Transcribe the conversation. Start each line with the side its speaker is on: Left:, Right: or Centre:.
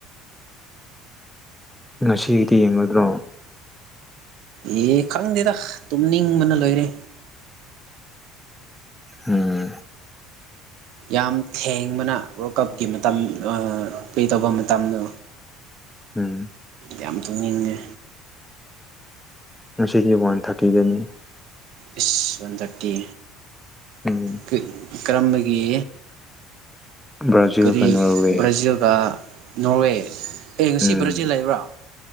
Centre: ꯉꯁꯤꯒꯤꯗꯤ ꯌꯦꯡꯉꯣꯏꯗ꯭ꯔꯣ꯫
Right: ꯑꯦ ꯈꯪꯗꯦꯗ ꯇꯨꯝꯅꯤꯡꯕꯅ ꯂꯣꯏꯔꯦ꯫
Centre: ꯎꯝ
Right: ꯌꯥꯝ ꯊꯦꯡꯕꯅ ꯋꯥꯔꯜ ꯀꯞꯀꯤ ꯃꯇꯝ ꯑꯥ ꯄ꯭ꯂꯦ ꯇꯧꯕ ꯃꯇꯝꯗꯣ꯫
Centre: ꯎꯝ
Right: ꯌꯥꯝ ꯇꯨꯝꯅꯤꯡꯉꯦ꯫
Centre: ꯉꯁꯤꯗꯤ ꯋꯥꯟꯊꯈꯤꯒꯅꯤ꯫
Right: ꯏꯁ ꯋꯥꯟ ꯊꯔꯇꯤ
Centre: ꯎꯝ
Right: ꯀ ꯀꯔꯝꯕꯒꯤ꯫
Centre: ꯕ꯭ꯔꯥꯖꯤꯜꯒ
Right: ꯀꯔꯤ
Centre: ꯅꯣꯔꯋꯦ
Right: ꯕ꯭ꯔꯥꯖꯤꯜꯒ ꯅꯣꯔꯋꯦ ꯑꯦ ꯉꯁꯤ
Centre: ꯎꯝ
Right: ꯕ꯭ꯔꯥꯖꯤꯜ ꯂꯩꯕ꯭ꯔꯥ